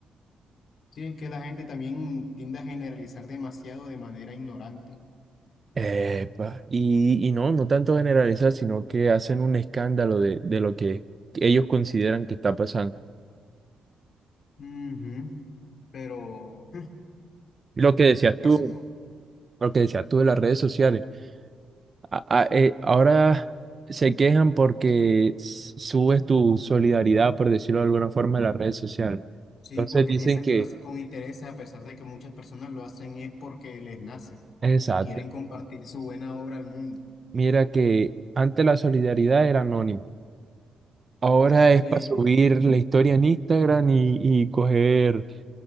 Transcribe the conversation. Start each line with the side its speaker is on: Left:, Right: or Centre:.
Left: Sí, es que la gente también tiende a generalizar demasiado de manera ignorante.
Right: Epa. Y, y no, no tanto generalizar, sino que hacen un escándalo de, de lo que ellos consideran que está pasando.
Left: Ujú, Pero
Right: Lo
Left: <laughs>
Right: que decías
Left: es que
Right: tú,
Left: eso,
Right: lo que decías tú de las redes sociales. a- a- eh, ahora se quejan porque s- subes tu solidaridad, por decirlo de alguna forma, en las redes sociales.
Left: sí,
Right: Entonces
Left: porque
Right: dicen
Left: piensan
Right: que,
Left: que lo hacen con intereses, a pesar de que muchas personas lo hacen es porque les nace
Right: exacto,
Left: y quieren compartir su buena obra al mundo.
Right: mira que antes la solidaridad era anónima. Ahora
Left: Sí,
Right: es para subir la historia en Instagram y, y coger